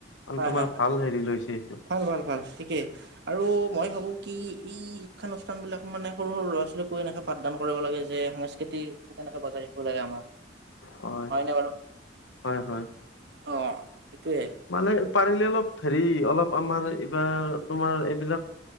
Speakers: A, on the left; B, on the right.
A: মানে
B: হয়।
A: তোমাৰ
B: হয়।
A: ভাল হেৰি লৈছে এইটো
B: ভাল ভাল ভাল ঠিকেই আৰু মই মই ভাবো কি ই শিক্ষানুষ্ঠান বিলাক মানে সৰু সৰু ল'ৰা ছোৱালীকো এনেকে পাঠদান কৰিব লাগে যে সংস্কৃতিক তোৰ কেনেকে বজাই লাগে আমাৰ।
A: হয়
B: হয়নে বাৰু?
A: হয় হয়
B: অ এইটোৱে
A: মানে পাৰিলে অলপ হেৰি অলপ আমাৰ এইবাৰ তোমাৰ এইবিলাক